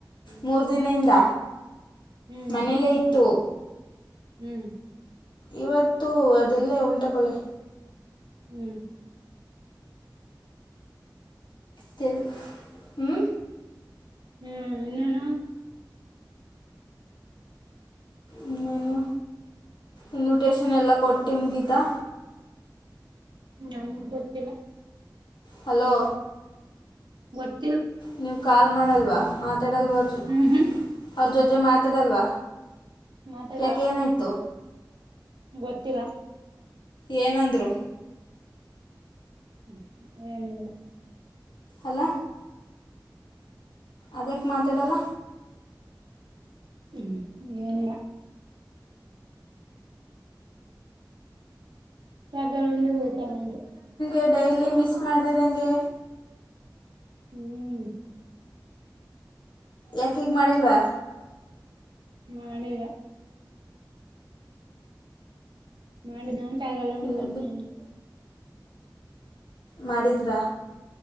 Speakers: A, on the left (about 85°); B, on the right (about 85°).
A: ಮೂರು ದಿನದಿಂದ
B: ಹ್ಮ್ ಹ್ಮ್
A: ಮನೇಲ್ಲೇ ಇತ್ತು
B: ಹ್ಮ್
A: ಇವತ್ತು ಅದೆಲ್ಲ ಉಂಟಕೊಳ್ಳೆ
B: ಹ್ಮ್
A: ತಿ ಹ್ಮ್
B: ಹ್ಮ್ ಇನ್ನಾನ
A: ಇನ್ನೇನು ಇನ್ವಿಟೇಶನ್ ಎಲ್ಲ ಕೊಟ್ಟಿ ಮುಗೀತಾ
B: ನಮಗ್ ಗೊತ್ತಿಲ್ಲ
A: ಹಲೋ
B: ಒತ್ತ <inaudible>
A: ನೀವು ಕಾಲ್ ಮಾಡಲ್ವಾ ಮಾತಾಡಲ್ವ ಅವ್ರ ಜ
B: ಹ್ಮ್ ಹ್ಮ್
A: ಅವ್ರ ಜೊತೆ ಮಾತಾಡಲ್ವಾ
B: ಮಾತಾಡಲ್ಲ
A: ಯಾಕೆ ಏನಾಯ್ತು
B: ಗೊತ್ತಿಲ್ಲ
A: ಏನಂದ್ರು
B: ್ಮ
A: ಅಲ ಅದಕ್ಕೆ ಮಾತಾಡಲ್ಲ
B: ಹ್ಮ್ ಏನಿಲ್ಲ ಜಗಲ್ಲ ಉಂಡ ಹಯ್ತಾನು
A: ೆ ಡೈಲಿ ಮಿಸ್ ಮಾಡಿದೆದಂಗೆ
B: ಹ್ಮ್
A: ಯಾಕ ಈಗ್ ಮಾಡಿಲ್ವಾ
B: ಮಾಡಿದ ಮಾಡಿ ನಾನು ಕಾಲಲ್ಲೋೊಂಡಿ
A: ಇಲ್ಲ
B: ಹಯತನನೆ
A: ಮಾಡಡಿಿದ್ರ